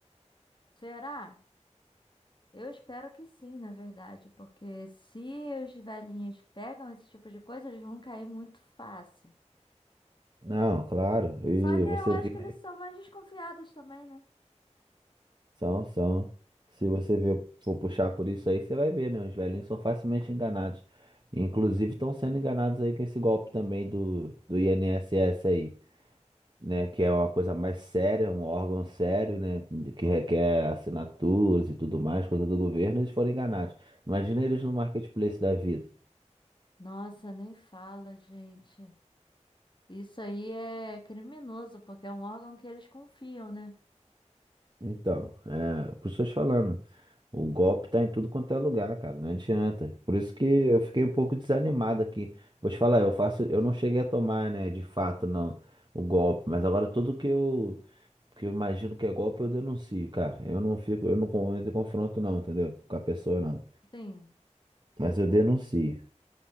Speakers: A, on the left; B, on the right.
A: Será? Eu espero que sim, na verdade, porque se os velhinhos pegam esse tipo de coisa, eles vão cair muito fácil.
B: Não, claro, e
A: Só que
B: você
A: eu acho
B: vê,
A: que eles são mais desconfiados também, né?
B: são, são. Se você vê, for puxar por isso aí, você vai ver, né? Os velhinhos são facilmente enganados. Inclusive estão sendo enganados aí com esse golpe também do, do INSS aí. né? Que é uma coisa mais séria, um órgão sério, né? Que requer assinaturas e tudo mais, coisa do governo, eles foram enganados. Imagina eles no marketplace da vida.
A: Nossa, nem fala, gente. Isso aí é criminoso, porque é um órgão que eles confiam, né?
B: Então, é, por isso eu tô te falando, o golpe tá em tudo quanto é lugar, cara, não adianta. Por isso que eu fiquei um pouco desanimado aqui. Vou te falar, eu faço, eu não cheguei a tomar, né, de fato, não, o golpe, mas agora tudo que eu, que eu imagino que é golpe, eu denuncio, cara. Eu não fico, eu não con- entro em confronto não, entendeu? Com a pessoa não.
A: Sim.
B: Mas eu denuncio.